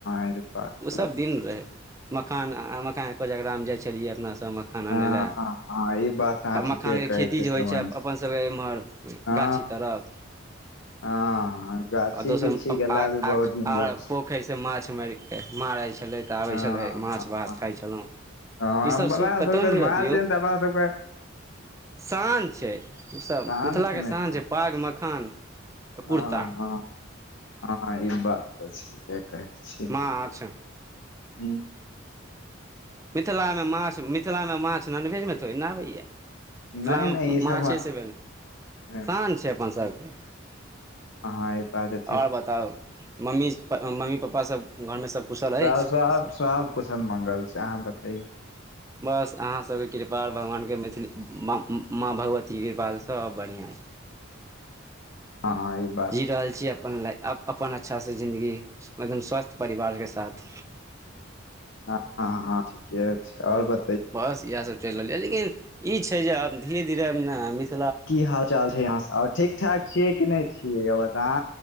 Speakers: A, on the left; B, on the right.
A: एहि बात
B: ओसभ
A: त
B: दिन मखान आ आ मखान कोजगरा मे जाइत छलियै अपना सब मखान आनै
A: हँ
B: लए
A: हँ ई बात अहाँ
B: आ मखानके
A: ठीके कहै
B: खेती
A: छियै
B: जे
A: श्रवण
B: होइ छै
A: जी
B: अपन सबके एम्हर
A: हँ
B: गाछी तरफ
A: हँ हँ गाछी
B: आ दोसर
A: बिरछी
B: आ
A: गेला भी
B: आ
A: बहुत दिन
B: आ
A: भ
B: पोखरि से माछ मारि कऽ मारै छलै तऽ आबै
A: हँ
B: छलै माछ भात
A: हँ
B: खाइ छलहुँ
A: हँ
B: ईसभ
A: मलाह
B: सुख कतहु
A: सभके
B: मिलत
A: मांछ
B: यौ
A: एहेन तऽ अपना सब क
B: शान छै उसभ
A: शान
B: मिथिलाके
A: छै मिथिला
B: शान छै पाग मखान
A: हँ
B: कुर्ता
A: हँ हँ ई बात त छै के कहै छियै
B: माछ
A: हू
B: मिथिलामे माछ मिथिलामे माछ नॉनभेजमे थोड़े न आबै य मिथिलामे
A: नहि नहि ई
B: माछे
A: सब
B: से भेल
A: हँ
B: शान छै अपन सभके
A: अहाँ ई बात है ठीक
B: आओर बताउ मम्मी मम्मी पप्पा सभ घरमे सभ कुशल अछि
A: सब सब सब कुशल मंगल छै अहाँ बतैयौ
B: बस अहाँसभके कृपा आर भगवानके मैथिली म माँ भगवतीके कृपास सभ बढ़िआँ <inaudible>
A: हँ हँ ई बात
B: जी रहल
A: छै
B: छी अपन लाइफ अपन अच्छा स जन्दगी मतलब स्वस्थ्य परिवारके साथ
A: हँ हँ ठीके छै और ब
B: बस इएहसभ चलि रहल यए लेकिन ई छै जे आब धीरे धीरे अब ने मिथि
A: की हाल चाल छै अहाँ स आर ठीक ठाक छियै कि नहि छियै अहाँ